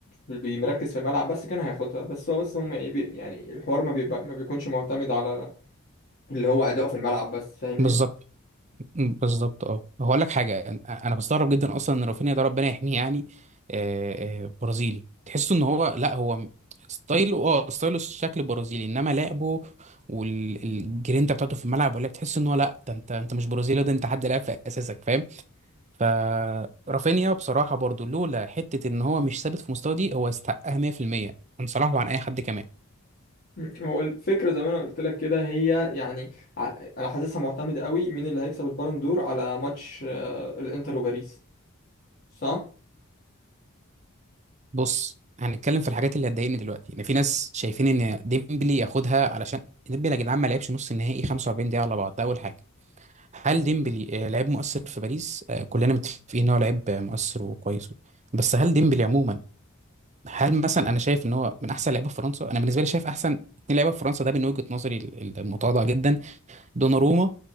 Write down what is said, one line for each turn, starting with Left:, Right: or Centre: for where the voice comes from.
Left: وبيمركز في الملعب بس كان هياخدها بس هو بس هم ايه بي- يعني الحوار ما بيبقى ما بيكونش معتمد على اللي هو اداؤه في الملعب بس فاهمني
Right: بالظبط مم، بالظبط اه هقول لك حاجه انا أنا بستغرب جدا اصلا ان رافينيا ده ربنا يحميه يعني آه، آه، برازيلي تحسه ان هو لا هو م- ستايله اه ستايله شكل برازيلي انما لعبه والجرينتا بتاعته في الملعب ولا تحس ان هو لا ده انت انت مش برازيلي ده انت حد لعب في اساسك فاهم فرافينيا بصراحه برضو لولا حته ان هو مش ثابت في مستوى دي هو استحقها 100% عن صلاح وعن اي حد كمان
Left: مم. هو الفكرة زي ما انا قلت لك كده هي يعني على- انا حاسسها معتمدة قوي مين اللي هيكسب البالون دور على ماتش آه، الانتر وباريس صح؟
Right: بص هنتكلم في الحاجات اللي هتضايقني دلوقتي ان في ناس شايفين ان ديمبلي ياخدها علشان ديمبلي يا جدعان ما لعبش نص النهائي 45 دقيقه على بعض ده اول حاجه هل
Left: مهم.
Right: ديمبلي آه، لعيب مؤثر في باريس آه، كلنا متفقين ان هو لعيب آه، مؤثر وكويس بس هل ديمبلي عموما هل مثلا انا شايف ان هو من احسن لعيبه في فرنسا انا بالنسبه لي شايف احسن اتنين لعيبه في فرنسا ده من وجهه نظري ال- ال- المتواضعه جدا دوناروما